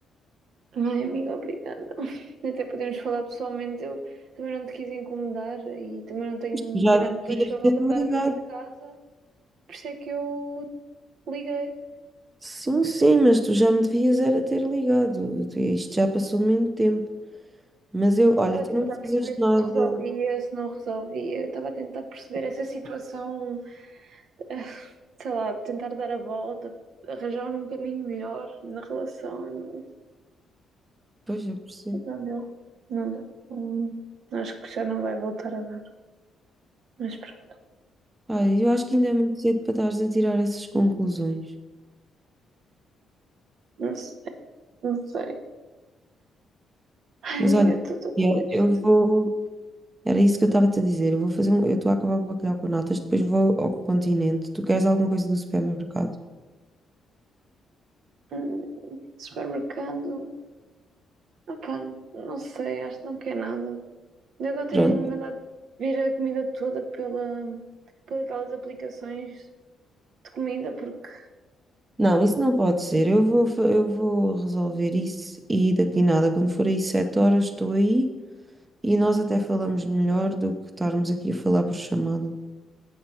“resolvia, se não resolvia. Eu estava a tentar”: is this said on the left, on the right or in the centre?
Right